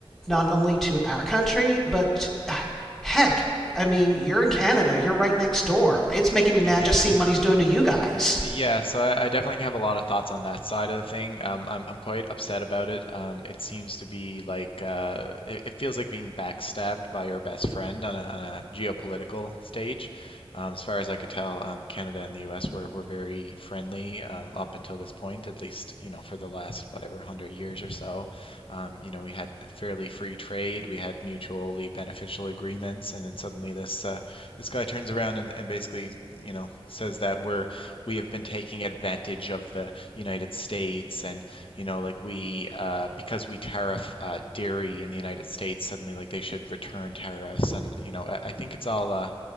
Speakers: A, in the centre; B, on the left.
A: not only to our country, but <sighs> heck, I mean, you're in Canada, you're right next door. It's making me mad
B: Yeah.
A: just seeing what he's doing to you guys.
B: Yeah, so I, I definitely have a lot of thoughts on that side of the thing. Um, I'm I'm quite upset about it. Um, it seems to be like uh, it, it feels like being backstabbed by your best friend on a, on a geopolitical stage. Um, as far as I could tell, um, Canada and the U.S. were were very friendly um, up until this point, at least you know for the last whatever hundred years or so. Um, you know, we had fairly free trade, we had mutually beneficial agreements, and then suddenly this uh, this guy turns around and, and basically you know says that we're we have been taking advantage of the United States and you know like we uh, because we tariff uh, dairy in the United States suddenly like they should return tariffs and you know I, I think it's all a,